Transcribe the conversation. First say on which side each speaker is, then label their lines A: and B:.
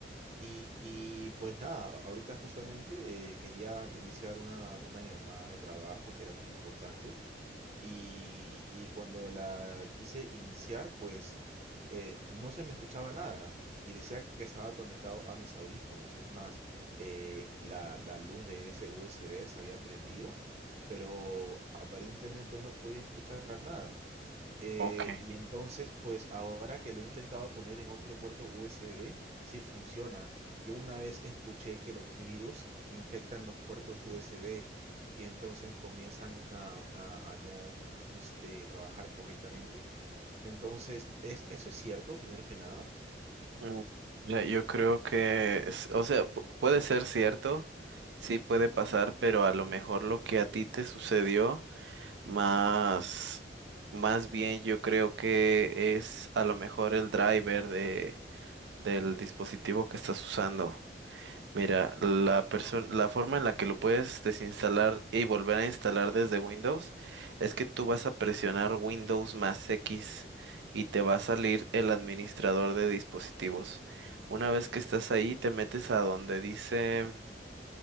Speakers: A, on the right (about 35°); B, on the right (about 85°).
A: Y, y, pues nada, ahorita justamente eh, quería iniciar una, una llamada de trabajo que era muy importante y, y cuando la quise iniciar, pues eh, no se me escuchaba nada y decía que estaba conectado a mis audífonos. Es más, eh, la, la luz de ese USB se había prendido, pero aparentemente no podía escuchar nada. Eh,
B: Ok.
A: y entonces, pues ahora que lo he intentado poner en otro puerto USB, sí funciona. Yo una vez escuché que los virus infectan los puertos USB y entonces comienzan a, a- a no este, trabajar correctamente. Entonces, ¿es, eso es cierto, primero que nada?
B: Mm, Mira, yo creo que, es- o sea, pu- puede ser cierto, sí puede pasar, pero a lo mejor lo que a ti te sucedió, más, más bien yo creo que es a lo mejor el driver de, del dispositivo que estás usando. Mira, la perso- la forma en la que lo puedes desinstalar y volver a instalar desde Windows es que tú vas a presionar Windows más X y te va a salir el administrador de dispositivos. Una vez que estás ahí, te metes a donde dice